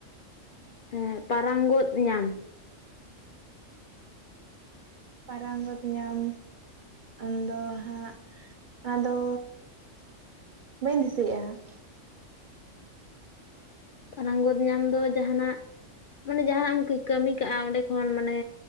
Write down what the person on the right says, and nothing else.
ᱯᱟᱨᱟᱝᱜᱚᱛ ᱧᱟᱢ ᱚᱱᱟ ᱫᱚ ᱦᱟᱸᱜ ᱟᱫᱚ ᱵᱟᱹᱧ ᱫᱤᱥᱟᱹᱭᱮᱫᱼᱟ ᱦᱟᱸᱜ